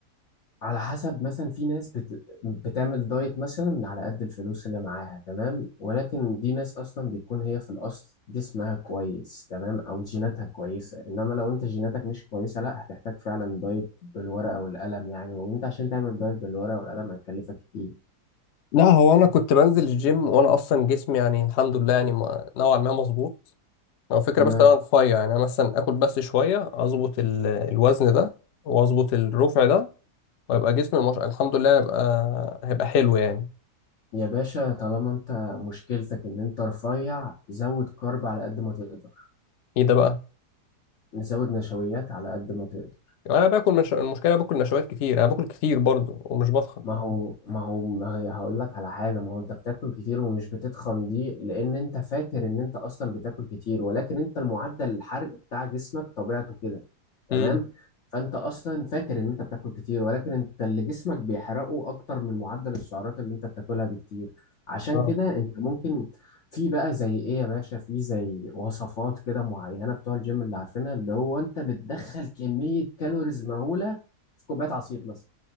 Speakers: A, on the left; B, on the left.
A: على حسب مثلا في ناس بت... بتعمل دايت مثلا من على قد الفلوس اللي معاها تمام ولكن دي ناس اصلا بيكون هي في الاصل جسمها كويس تمام او جيناتها كويسه انما لو انت جيناتك مش كويسه لا هتحتاج فعلا دايت بالورقه والقلم يعني وانت عشان تعمل دايت بالورقه والقلم هيكلفك كتير
B: لا هو انا كنت بنزل الجيم وانا اصلا جسمي يعني الحمد لله يعني ما- نوعا ما مظبوط او فكره
A: تمام
B: بس إن انا رفيع يعني انا مثلا اكل بس شويه اظبط ال- الوزن ده واظبط الرفع ده ويبقى جسمي مش... الحمد لله هيبقى هيبقى حلو يعني
A: يا باشا طالما انت مشكلتك ان انت رفيع زود كارب على قد ما تقدر
B: ايه ده بقى
A: زود نشويات على قد ما تقدر
B: يعني انا باكل مش... المشكله باكل نشويات كتير انا باكل كتير برضو ومش بضخم
A: ما هو ما هو ما هي هقول لك على حاجة ما هو انت بتاكل كتير ومش بتتخن دي لان انت فاكر ان انت اصلا بتاكل كتير ولكن انت المعدل الحرق بتاع جسمك طبيعته كده تمام
B: امم
A: فانت اصلا فاكر ان انت بتاكل كتير ولكن انت اللي جسمك بيحرقه اكتر من معدل السعرات اللي انت بتاكلها بكتير عشان
B: اه
A: كده انت ممكن في بقى زي ايه يا باشا في زي وصفات كده معينة بتوع الجيم اللي عارفينها اللي هو انت بتدخل كمية كالوريز مهولة في كوباية عصير مثلا